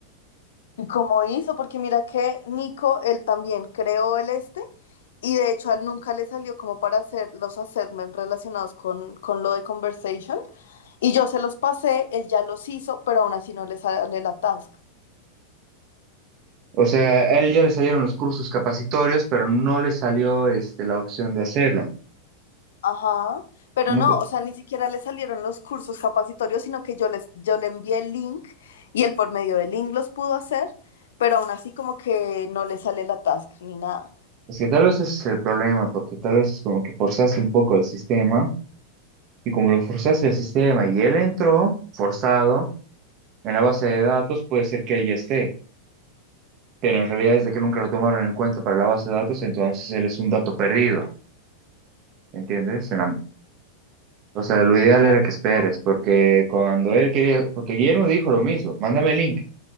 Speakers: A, on the left; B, on the right.
A: ¿Cómo hizo? Porque mira que Nico, él también creó el este y de hecho a él nunca le salió como para hacer los assessments relacionados con, con lo de conversation y yo se los pasé, él ya los hizo, pero aún así no le sale la task.
B: O sea, a él ya le salieron los cursos capacitorios, pero no le salió este, la opción de hacerlo.
A: Ajá, pero
B: No
A: no,
B: te-
A: o sea, ni siquiera le salieron los cursos capacitorios, sino que yo les, yo le envié el link y él por medio del link los pudo hacer, pero aún así como que no le sale la task ni nada.
B: es que tal vez ese es el problema, porque tal vez es como que forzaste un poco el sistema, y como lo forzaste el sistema y él entró forzado en la base de datos, puede ser que él ya esté, pero en realidad desde que nunca lo tomaron en cuenta para la base de datos, entonces él es un dato perdido, ¿entiendes? En la- o sea, lo ideal era que
A: Ok.
B: esperes, porque cuando él quería, porque Guillermo dijo lo mismo, mándame el link.